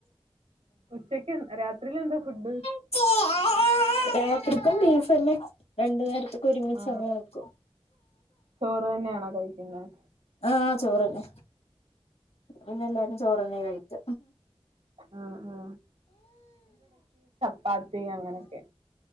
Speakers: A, on the right; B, on the left.
A: ഉച്ചക്ക് രാത്രിയിലെന്താ ഫുഡ്
B: <unintelligible> ബീഫല്ലെ രണ്ടു നേരത്ത്ക്ക് ഒരുമിച്ചങ്
A: ആ
B: വെക്കും
A: ചോറ് തന്നെയാണോ കഴിക്കുന്നത്
B: ആഹ് ചോറെന്നെ വടെ പിന്നെല്ലാരും ചോറെന്നെ കഴിക്ക
A: ആ ആ പ്പാത്തി അങ്ങനെക്കെ